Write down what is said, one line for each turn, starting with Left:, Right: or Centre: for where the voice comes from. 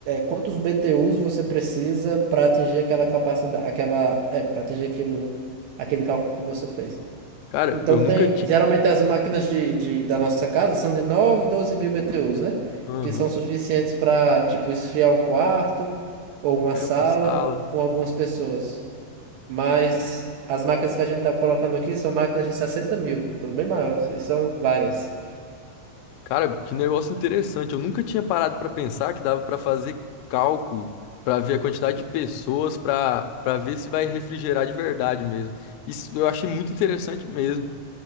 Right: quantos BTUs você precisa para atingir aquela capacidade, aquela, é, para atingir aquilo, aquele cálculo que você fez.
Left: cara,
Right: Então
Left: eu nunca
Right: tem,
Left: tinha.
Right: geralmente as máquinas de, de- da nossa casa são de 9 12 mil BTUs, né?
Left: Aham,
Right: Que são suficientes para, tipo, esfriar um quarto ou uma
Left: é
Right: sala
Left: uma sala.
Right: com algumas pessoas. Mas as máquinas que a gente tá colocando aqui são máquinas de 60 mil, então bem maiores, e são várias.
Left: Cara, que negócio interessante. Eu nunca tinha parado pra pensar que dava pra fazer cálculo, pra ver a quantidade de pessoas, pra para ver se vai refrigerar de verdade mesmo. Isso eu achei muito interessante mesmo.